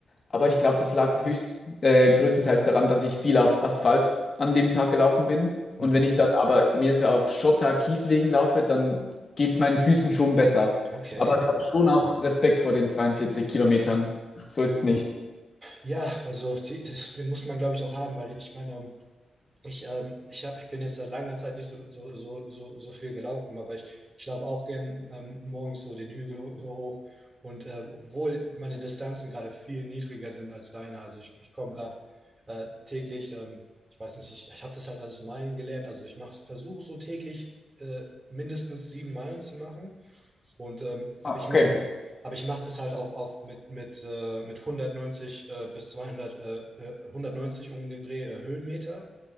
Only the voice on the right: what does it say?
Mhm.
Okay.
Ja, also die, das, den muss man glaube ich auch haben, weil ich meine Ich, ähm, ich hab, ich bin jetzt seit langer Zeit nicht so, so, so, so, so viel gelaufen, aber ich, ich laufe auch gern ähm, morgens so den Hügel ho hoch. Und äh, obwohl meine Distanzen gerade viel niedriger sind als deine, also ich, ich komme gerade äh, täglich, ähm, ich weiß nicht, ich, ich habe das halt alles Meilen gelernt. Also ich mache, versuche so täglich äh, mindestens sieben Meilen zu machen. Und ähm, aber
ich
mache aber ich mache das halt auf, auf mit, mit, äh, mit hundertneunzig äh, bis zweihundert äh, äh, 190 um den Dreh äh, Höhenmeter.